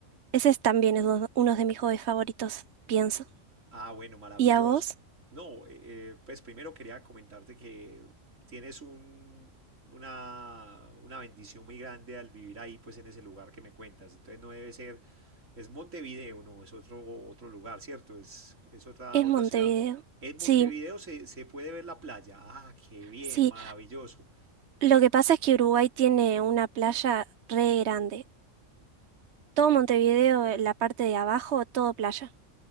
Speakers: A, on the right (about 65°); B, on the right (about 80°).
A: ese es también es uno uno de mis hobbies favoritos, pienso.
B: Ah, bueno, maravilloso.
A: ¿Y a vos?
B: No, eh, eh, pues primero quería comentarte que tienes un, una, una bendición muy grande al vivir ahí, pues en ese lugar que me cuentas. Entonces no debe ser Es Montevideo, no, es otro, otro lugar, ¿cierto? Es, es otra,
A: Es
B: otra
A: Montevideo.
B: ciudad. En Montevideo
A: Sí,
B: se, se puede ver la playa. Ah, qué bien,
A: sí.
B: maravilloso.
A: Lo que pasa es que Uruguay tiene una playa re grande. Todo Montevideo, eh, la parte de abajo, todo playa.